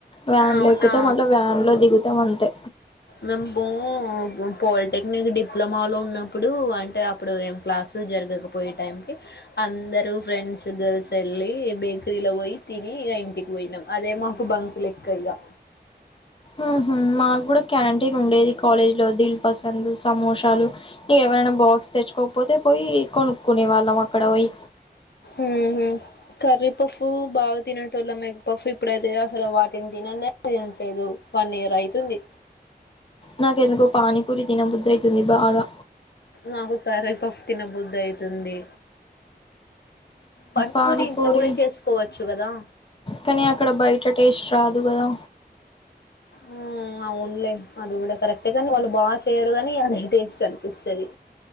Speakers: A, on the left; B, on the left.
A: వ్యాన్
B: అవునా!
A: లో ఎక్కుతే మళ్ళా వ్యాన్ లో దిగుతాం అంతే
B: మేము బో పాలిటెక్నిక్ డిప్లొమాలో ఉన్నప్పుడు అంటే అప్పుడు ఏం క్లాస్ ఉ జరగకపోయే టైం కి అందరు ఫ్రెండ్స్ గర్ల్స్ వెళ్ళి బేకరీలో పోయి తిని ఇంటికి పోయినమ్ అదే మాకు బంకులెక్క ఇగ
A: ఊహు మాకు కూడా క్యాంటీన్ ఉండేది కాలేజ్ లో దిల్ పసంద సమోసాలు ఇక ఎవరైనా బాక్స్ తెచ్చుకోకపోతే పోయి కొనుక్కునే వాళ్ళం అక్కడ పోయి
B: ఊహు కర్రీ పఫ్ బాగా తినటోల్లం ఎగ్ పఫ్ ఇప్పుడైతే అసలు వాటిని ట్లేదు వన్ ఇయర్ అవుతుంది
A: నాక ఎందుకో పానీపూరి తినబుద్ధి అవుతుంది బాగా
B: నాకు కరీపఫ్ తినబుద్ధి అయితుంది పనిపూరి
A: పానీపూరి
B: ఇంట్లో కూడా చేసుకోవచ్చు కదా
A: కానీ అక్కడ బయట టేస్ట్ రాదు కదా
B: ఊ ఆ అవున్లే అది కూడా కరెక్టే కానీ వాళ్ళు బాగా చేయరు కానీ అదే టేస్ట్ అనిపిస్తుంది